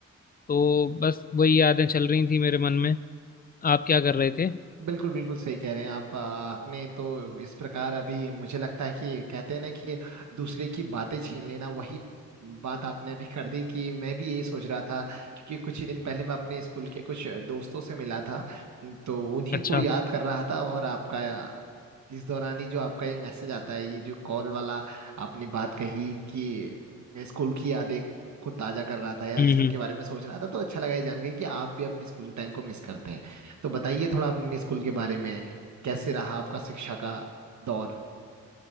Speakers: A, on the left; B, on the right.
A: तो बस वही यादें चल रही थी मेरे मन में आप क्या कर रहे थे
B: बिल्कुल बिल्कुल सही कह रहे हैं आप आ, आपने तो इस प्रकार अभी मुझे लगता है कि कहते हैं ना कि दूसरे की बातें छीन लेना वही बात आपने अभी कर दी कि मैं भी ये सोच रहा था क्योंकि कुछ ही दिन पहले मैं अपने स्कूल के कुछ दोस्तों से मिला था तो उन्हीं
A: अच्छा
B: को याद
A: तो
B: कर रहा था और आपका इस दौरान ही जो आपका ये मैसेज आता है ये जो कॉल वाला आपने बात कही कि स्कूल की यादें को ताजा कर रहा था या
A: हम्म
B: उनके
A: हम्म
B: बारे में सोच रहा था तो अच्छा लगा ये जान गई कि आप भी अपने स्कूल टाइम को मिस करते हैं तो बताइए थोड़ा अपने स्कूल के बारे में कैसे रहा आपका शिक्षा का दौर